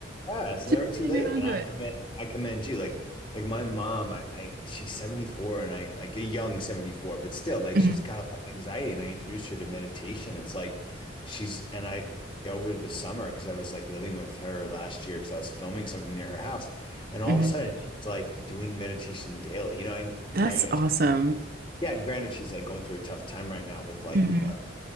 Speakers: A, on the left; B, on the right.
A: Yeah, it's
B: Just
A: never too
B: getting
A: late.
B: around
A: And
B: to
A: I
B: it.
A: commend I commend you. Like like my mom, I, I she's 74 and I like a young 74, but still like
B: hmm
A: she's got a lot of anxiety and I introduced her to meditation. It's like she's and I over the summer because I was like living with her last year because I was filming something near her house and all
B: hmm
A: of a sudden she's like doing meditation daily. You know, and
B: That's
A: granted,
B: awesome.
A: yeah, and granted she's like going through a tough time right now with like
B: hmm